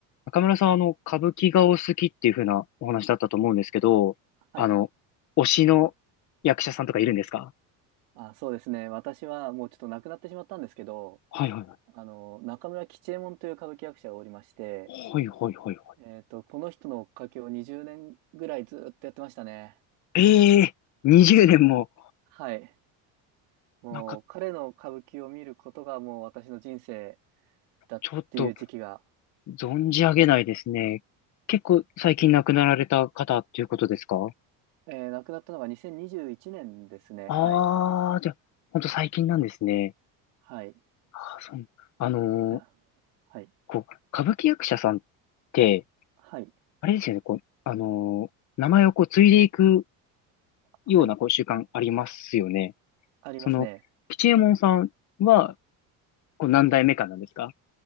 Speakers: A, on the left (about 45°); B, on the right (about 80°).
A: 中村さん、あの、歌舞伎がお好きっていう風なお話だったと思うんですけど、
B: はい。
A: あの、推しの役者さんとかいるんですか
B: あ、そうですね。私はもうちょっと亡くなってしまったんですけど、
A: はいはいは
B: あの、中村吉右衛門という歌舞伎役者がおりまして、
A: い。はいはいはいは
B: えっと、この人の追っかけを20年ぐらいずっとやってましたね。
A: い。ええー、20年も、
B: はい。もう彼の歌舞伎を見ることがもう私の人生
A: なんか、
B: だっていう時期が、
A: ちょっと、存じ上げないですね。結構最近亡くなられた方っていうことですか
B: えー亡くなったのが2021年ですね。
A: ああー、
B: はい。
A: じゃあ、ほんと最近なんですね。
B: はい。
A: あー、そう。あのー
B: あ、はい。
A: こう、歌舞伎役者さんって、
B: はい。
A: あれですよね、こう、あのー名前をこう、継いでいく
B: はい。
A: ようなこう習慣ありますよね。
B: ありますね。
A: その、吉右衛門さんは、こう何代目かなんですか